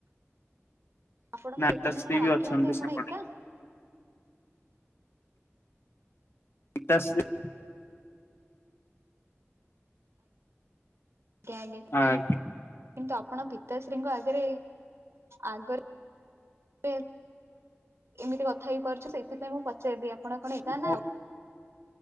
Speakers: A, on the right; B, on the left.
A: ଆପଣଙ୍କ
B: ନା
A: ଦୋକାନରେ
B: ଗୀତାଶ୍ରୀ
A: କଣ
B: ବି
A: ଆଉ
B: ଅଛନ୍ତି
A: କେହି ନାହାନ୍ତି ଆପଣ
B: ସେପଟେ
A: ଏକା?
B: ପିତାଶ୍ରୀ।
A: କ୍ୟାଣ୍ଡେଡ
B: ଆଜ୍ଞା।
A: କିନ୍ତୁ ଆପଣ ପିତାଶ୍ରୀଙ୍କ ଆଗରେ ଆଗରେ ଏ ଏମିତି କଥା ହେଇ ପାରୁଛୁ ସେଇଥିପାଇଁ ମୁଁ ପଚାରିଲି ଆପଣ କଣ ଏକା
B: ମୁଁ
A: ନା ଆଉ କିଏ?